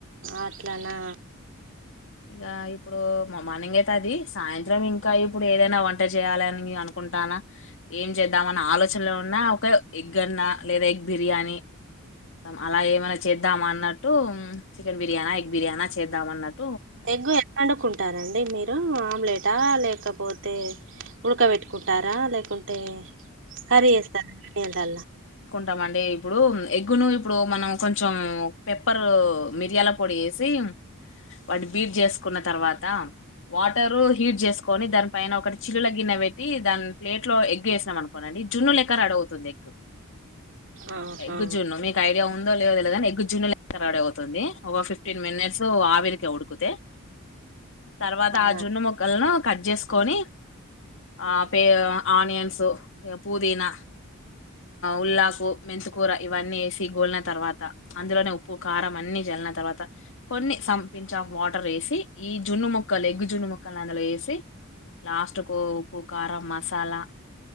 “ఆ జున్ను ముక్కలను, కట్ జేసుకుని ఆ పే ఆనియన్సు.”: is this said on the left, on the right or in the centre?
Left